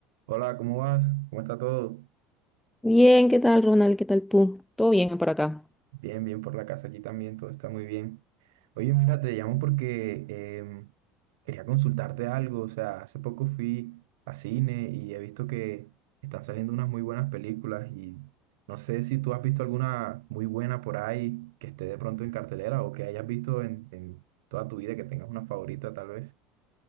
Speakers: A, on the right; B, in the centre.
A: Hola, ¿cómo vas? ¿Cómo está todo?
B: Bien, ¿qué tal, Ronald? ¿Qué tal tú? Todo bien por acá.
A: Bien, bien por la casa, aquí también todo está muy bien. Oye, mira, te llamo porque em, quería consultarte algo, o sea, hace poco fui a cine y he visto que están saliendo unas muy buenas películas y no sé si tú has visto alguna muy buena por ahí que esté de pronto en cartelera o que hayas visto en, en toda tu vida, que tengas una favorita tal vez.